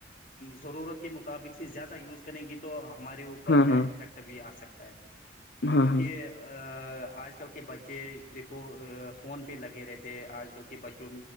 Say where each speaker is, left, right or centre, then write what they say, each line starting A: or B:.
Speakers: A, on the left; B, on the left.
A: ضرورت کے مطابق سے زیادہ یوز کر کریں گی تو ہمارے اوپر
B: ہاں
A: بیڈ
B: ہاں
A: افیکٹ بھی آ سکتا ہے کیونکہ
B: ہاں ہاں
A: آج کل کے بچے دیکھو فون پہ لگے رہتے آج کل کے بچوں